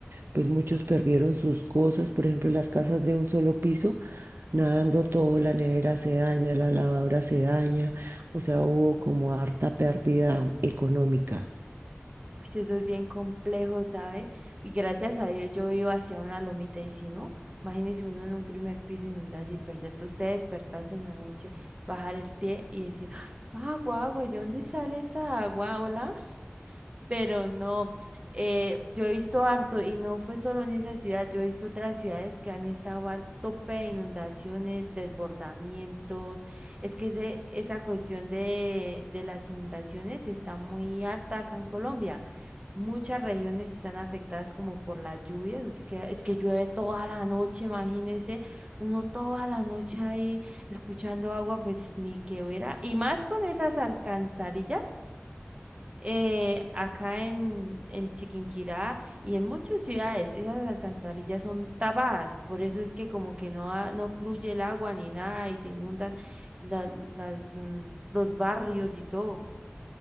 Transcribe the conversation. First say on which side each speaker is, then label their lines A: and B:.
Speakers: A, on the right; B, on the right.
A: pues muchos perdieron sus cosas, por ejemplo, las casas de un solo piso, nadando todo, la nevera se daña, la lavadora se daña, o sea, hubo como harta pérdida económica.
B: Uy, sí, eso es bien complejo, ¿sabe? Y gracias a Dios yo iba hacia una lomita y si no, imagínese uno en un primer piso inundarse y perderte, usted despertarse en la noche, bajar el pie y decir, "Ay, agua, agua, ¿y de dónde sale esta agua? Hola pero no, eh, yo he visto harto y no fue solo en esa ciudad, yo he visto otras ciudades que han estado al tope de inundaciones, desbordamientos, es que ese, esa cuestión de, de las inundaciones está muy alta acá en Colombia. Muchas regiones están afectadas como por las lluvias, así que es que llueve toda la noche, imagínense, uno toda la noche ahí escuchando agua, pues ni que hubiera, y más con esas alcantarillas eh, acá en, en Chiquinquirá y en muchas ciudades, esas alcantarillas son tapadas, por eso es que como que no, ha- no fluye el agua ni nada y se inundan la- las, mm, los barrios y todo.